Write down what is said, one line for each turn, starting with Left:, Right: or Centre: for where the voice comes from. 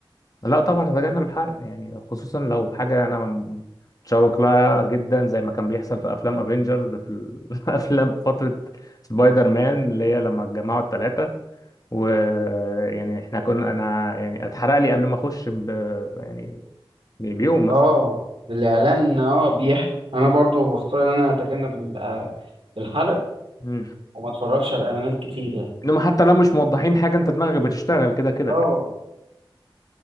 Left: لا طبعا هتجنب الحرق يعني خصوصا لو حاجة أنا م- متشوق لها جدا زي ما كان بيحصل في أفلام أفينجرز في الأفلام <laughs> فترة سبايدر مان اللي هي لما اتجمعوا التلاتة ويعني إحنا كنا أنا يعني اتحرق لي قبل ما أخش ب... يعني بيوم مثلا
Right: اه الإعلان اه بيحكي أنا برضو بختار إن أنا أتجنب ال- آه، الحرق
Left: <laughs> مم.
Right: وما أتفرجش على إعلانات كتير يعني
Left: إنما حتى لو مش موضحين حاجة أنت دماغك بتشتغل كده كده
Right: اه
Left: فاهم؟